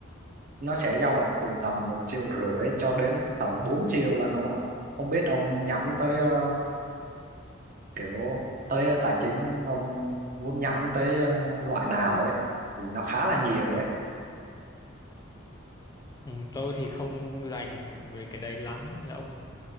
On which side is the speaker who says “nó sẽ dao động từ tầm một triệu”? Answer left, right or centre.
Right